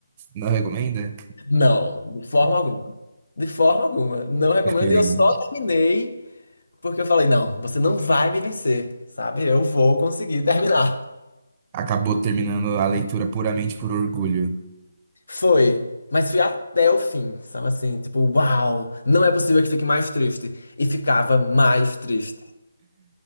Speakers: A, on the right; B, on the left.
A: Não recomenda?
B: Não, de forma alguma. De forma alguma. Não recomendo.
A: Diferente.
B: E eu só terminei porque eu falei, não, você não vai me vencer, sabe? Eu vou conseguir terminar.
A: Acabou terminando a leitura puramente por orgulho.
B: Foi. Mas fui até o fim, sabe assim? Tipo, uau, não é possível que fique mais triste. E ficava mais triste.